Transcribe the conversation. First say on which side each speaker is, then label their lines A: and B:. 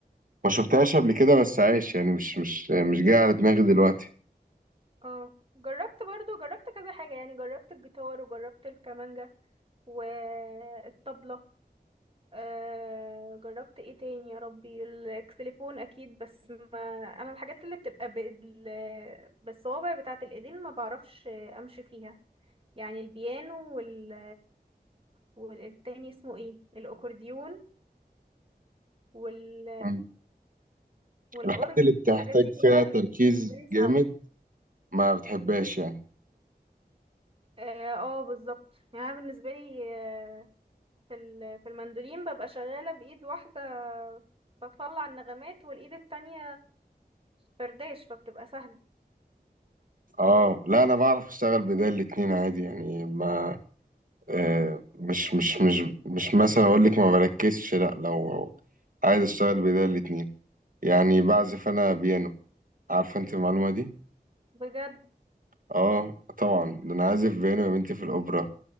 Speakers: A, on the right; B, on the right.
A: ما شفتهاش قبل كده بس عايش يعني مش مش مش جاي على دماغي دلوقتي
B: اه جربت برضو جربت كذا حاجة يعني جربت الجيتار وجربت الكمانجة والطبلة آه جربت ايه تاني يا ربي الاكسليفون اكيد بس ما انا الحاجات اللي بتبقى بال... بالصوابع بتاعة الايدين ما بعرفش امشي فيها يعني البيانو وال والتاني اسمه ايه الاكورديون وال
A: مم.
B: والأورج
A: الحاجات اللي بتحتاج
B: الحاجات دي كلها
A: فيها تركيز
B: بالنسبة لي
A: جامد
B: صعبة
A: ما بتحبهاش يعني
B: اه آه، بالظبط يعني أنا بالنسبه لي آه، في ال- في المندولين ببقى شغاله بايد واحده بطلع النغمات والايد التانية فرداش فبتبقى سهله
A: اه لا انا بعرف اشتغل بإيديا الاتنين عادي يعني ما آه مش مش مش مش مثلا اقول لك ما بركزش لا لو عايز اشتغل بإيديا الاتنين يعني بعزف انا بيانو عارفه انت المعلومه دي
B: بجد
A: اه طبعا ده انا عازف بيانو يا بنتي في الاوبرا